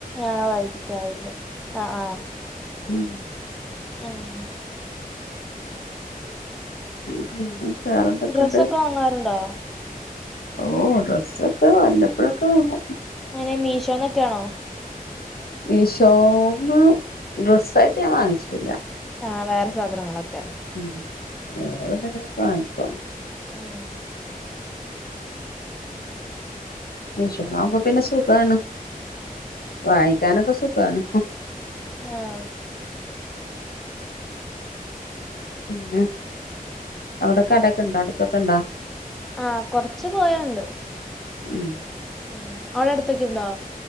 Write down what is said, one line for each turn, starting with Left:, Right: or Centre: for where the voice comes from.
Centre: ആ വൈകിട്ടായില്ലേ ആ ആ
Left: ഉം
Centre: മ്
Left: ഉം പിന്നെ വേറെന്തൊക്കെണ്ട്
Centre: ഡ്രസ്സോക്കെ വാങ്ങാർണ്ടോ
Left: ഓ ഡ്രസ്സൊക്കെ വല്ലപ്പഴൊക്ക വാങ്ങും
Centre: എങ്ങനെ മീഷോന്നൊക്കേണോ
Left: മീഷോന്ന് ഡ്രസ്സായിട്ട് ഞാ വാങ്ങിച്ചിട്ടില്ല
Centre: ആഹ്‌ വേറ സാധനങ്ങളൊക്കെ
Left: ഉം വേറെന്തെങ്കിലൊക്കേ വാങ്ങിക്കും
Centre: മ്മ്
Left: മീഷോന്നാവുമ്പോ പിന്നെ സുഖാണ് വാങ്ങിക്കാനൊക്കെ സുഖാണ്
Centre: ആഹ്
Left: പിന്നെ അവടെ കടെക്കെണ്ടോ അടുത്തൊക്കണ്ടോ
Centre: ആഹ് കൊറച്ച് പോയാണ്ട്
Left: ഉം
Centre: ഉം അവടെ അടുത്തക്ക്യണ്ടോ